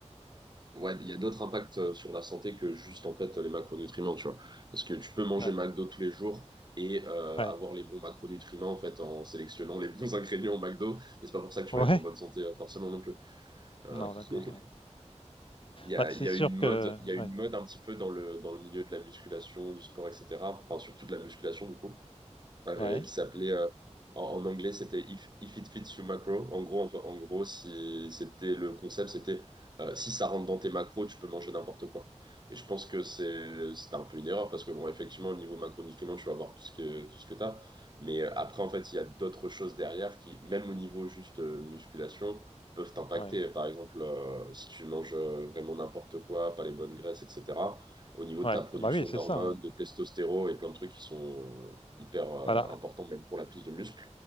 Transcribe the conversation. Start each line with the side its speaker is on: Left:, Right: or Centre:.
Right: Ouais, il y a d'autres impacts euh, sur la santé que juste en fait les macronutriments, tu vois. Parce que tu peux manger
Left: ouais,
Right: McDo tous les jours et euh,
Left: ouais,
Right: avoir les bons macronutriments en fait en sélectionnant les bons <laughs> ingrédients au McDo, mais c'est pas pour ça que tu
Left: ouais.
Right: vas être en bonne santé euh, forcément non plus. Euh,
Left: Non,
Right: <laughs>
Left: d'accord. ouais.
Right: il y a,
Left: Bah, c'est
Right: il y
Left: sûr
Right: a une mode,
Left: que,
Right: il y a une
Left: ouais,
Right: mode un petit peu dans le dans le milieu de la musculation, du sport, etc. Enfin surtout de la musculation du coup, euh,
Left: ouais,
Right: qui s'appelait euh, en, en anglais c'était If, If it fits you macro. En gros, en, en gros, si c'était le concept, c'était euh, si ça rentre dans tes macros, tu peux manger n'importe quoi. Et je pense que c'est c'était un peu une erreur parce que bon, effectivement, au niveau macronutriments, tu vas avoir tout ce que tout ce que t'as. Mais euh, après, en fait, il y a d'autres choses derrière qui, même au niveau juste euh, musculation, peuvent t'impacter.
Left: ouais,
Right: Par exemple, euh, si tu manges euh, vraiment n'importe quoi, pas les bonnes graisses, etc. Au niveau
Left: ouais.
Right: de ta production
Left: Ah bah oui, c'est
Right: d'hormones,
Left: ça. hein.
Right: de testostérone et plein de trucs qui sont hyper euh,
Left: Voilà.
Right: important même pour la prise de muscle,